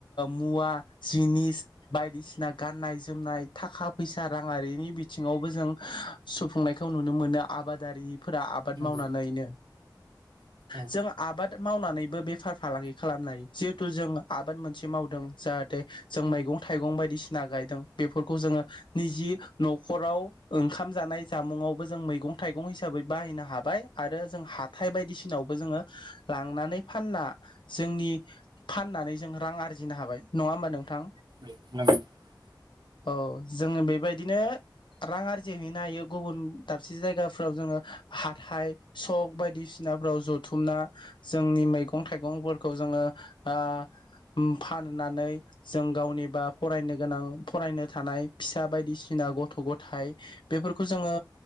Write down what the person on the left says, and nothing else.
मुवा जिनिस बायदिसिना गाननाय जोमनाय थाखा फैसा राङारिनि बिथिङावबो जों सुफुंनायखौ नुनो मोनो आबादारि फोरा आबाद
मावनानैनो
जों आबाद मावनानैबो बेफार फालांगि खालामनो हायो जिहेथु जों आबाद मोनसे मावदों जाहाथे जों मैगं थाइगं बायदिसिना गायदों बेफोरखौ जोङो निजे न'खराव ओंखाम जानाय जामुंआव जों मैंगं थाइगं हिसाबै बाहायनो हाबाय आरो जों हााइ बायदिसिनावबो जोङो लांनानै फानना जोंनि फाननानै जों रां आरजिनो हाबाय नङा होमबा नोंथां?
औ जोङो बेबायदिनो रां आरजिहैनो हायो गुबुन दाबसे जायगाफ्राव जोङो हाथाइ सक बायदिसिनाफ्राव जथुमना जोंनि मैगं थाइगंफोरखौ जोङो ओ फाननानै जों गावनिबा फरायनो गोनां फरायनो थानाय फिसा बायदिसिना गथ' गथाइ बेफोरखौ जोङो